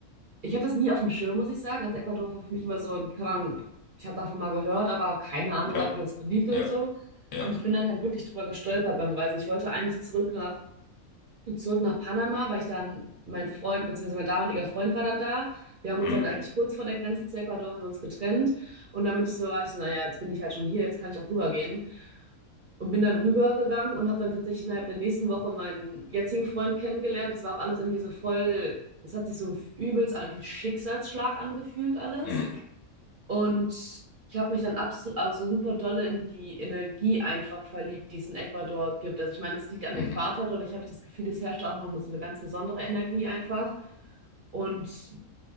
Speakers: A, on the right; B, on the left.
A: ich hatte das nie auf dem Schirm, muss ich sagen. Also Ecuador war für mich immer so, keine Ahnung, ich habe davon mal gehört, aber keine Ahnung
B: Ja,
A: gehabt, wo es liegt oder
B: ja,
A: so.
B: ja.
A: Und ich bin dann halt wirklich drüber gestolpert beim Reisen. Ich wollte eigentlich zurück nach und zurück nach Panama, weil ich dann mein Freund, beziehungsweise mein damaliger Freund war dann da. Wir haben
B: Mhm.
A: uns dann eigentlich kurz vor der Grenze zu Ecuador haben wir uns getrennt. Und dann bin ich so, war ich so, naja, jetzt bin ich halt schon hier, jetzt kann ich auch rübergehen. Und bin dann rübergegangen und habe dann tatsächlich innerhalb der nächsten Woche meinen jetzigen Freund kennengelernt. Das war auch alles irgendwie so voll, das hat sich so übelst an- wie Schicksalsschlag angefühlt alles.
B: Mhm.
A: Und ich habe mich dann abs also super dolle in die Energie einfach verliebt, die es in Ecuador gibt. Also ich meine, es liegt am
B: Mhm.
A: Äquator, dadurch habe ich das Gefühl, es herrscht auch noch so eine ganz besondere Energie einfach. Und